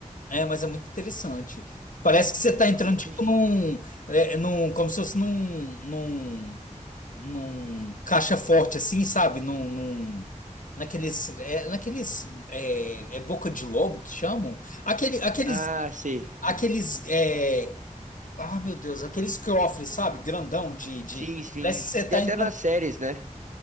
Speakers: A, on the left; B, on the right.
A: É, mas é muito interessante. Parece que você está entrando
B: Imagina.
A: tipo num, é, num, como se fosse num, num, num caixa forte assim, sabe? Num, num- naqueles, é, naqueles, é, é boca de lobo que chamam? Aquele, aqueles,
B: Ah, sei.
A: aqueles, é, ah, meu Deus, aqueles cofres, sabe? Grandão de, de,
B: Sim, sim.
A: parece que você está
B: Tem até
A: entrando.
B: nas séries, né?